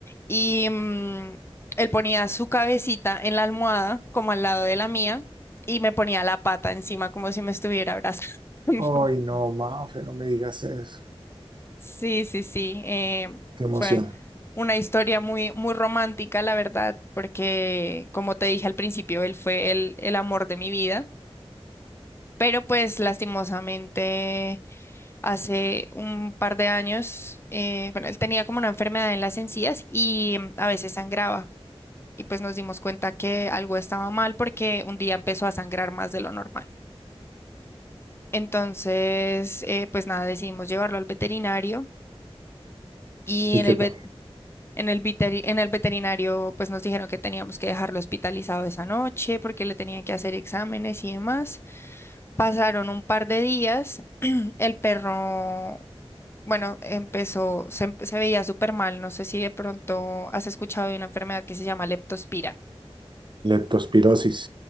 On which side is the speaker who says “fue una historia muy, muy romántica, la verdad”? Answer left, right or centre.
Left